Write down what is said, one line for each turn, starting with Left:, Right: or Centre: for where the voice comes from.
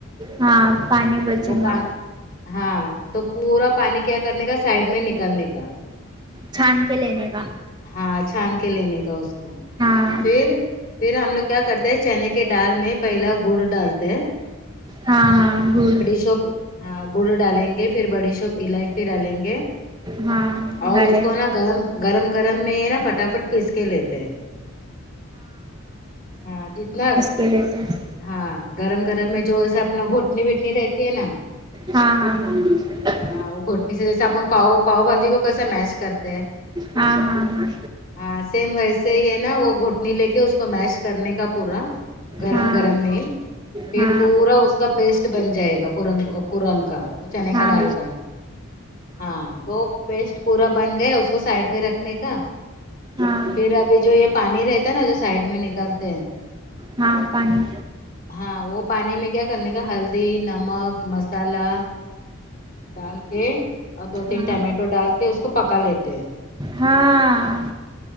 Right: ہاں پانی بچے
Left: وہ پانی
Right: گا
Left: ہاں تو پورا پانی کیا کرنے کا سائڈ میں نکلنے کا
Right: چھان کے لینے کا
Left: ہاں چھان کے لینے کا اس کو
Right: ہاں
Left: پھر پھر ہم لوگ کیا کرتے ہیں چنے کے ڈال میں پہلا گڑ ڈالتے ہیں
Right: ہاں ہاں گڑ
Left: چھپ ہاں گڑ ڈالیں گے پھر بڑی شوپ الائچی ڈالیں گے
Right: ہاں
Left: اور
Right: ڈالے
Left: اس کو نا گرم گرم گرم میں ہے نا فٹاف فٹ پیس کے لیتے ہیں ہاں جتنا
Right: لے لیتے ہیں
Left: ہاں گرم گرم میں جو ایسا اپنا گھوٹنی ویٹنی رہتی ہے نا
Right: ہاں ہاں ہاں
Left: ہاں گھوٹنی سے جیسا اپن پاؤ پاؤ بھاجی کو کیسے میش کرتے ہیں
Right: ہاں ہاں ہاں
Left: ہاں سیم ویسے ہی ہے نا وہ گھوٹنی لے کے اس کو میش کرنے کا پورا گرم
Right: ہاں ہاں
Left: گرم میں پھر
Right: ہاں
Left: پورا اس کا پیسٹ بن جائے گا پورن وہ پورن کا تو چنے
Right: ہاں
Left: کا ڈال کا ہاں تو پیسٹ پورا بن گیا اس کو سائڈ میں رکھنے کا
Right: ہاں
Left: پھر اب یہ جو یہ پانی رہتا ہے نا جو سائڈ میں نکلتے ہیں
Right: ہاں پانی
Left: ہاں وہ پانی میں کیا کرنے کا ہلدی نمک مسالہ ڈال کے اور دو تین
Right: ہاں
Left: ٹمیٹو ڈال کے اس کو پکا لیتے ہیں
Right: ہاں